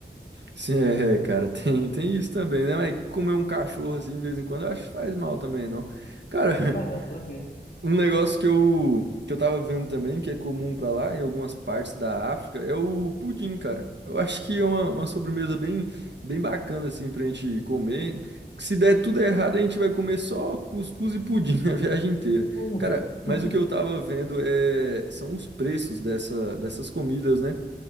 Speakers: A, on the right; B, on the left.
A: Sim, é, cara, tem, tem isso também, né? Mas comer um cachorro assim de vez em quando eu acho que faz mal também, não. Cara,
B: Não, rapaz, não,
A: <laughs>
B: tranquilo.
A: um negócio que eu, que eu tava vendo também, que é comum pra lá, em algumas partes da África, é o pudim, cara. Eu acho que é uma, uma sobremesa bem, bem bacana, assim, pra gente comer. Se der tudo errado, a gente vai comer só cuscuz e pudim <laughs> a viagem inteira.
B: Hum,
A: Cara, mas
B: <laughs>
A: o que eu tava vendo é, são os preços dessa, dessas comidas, né?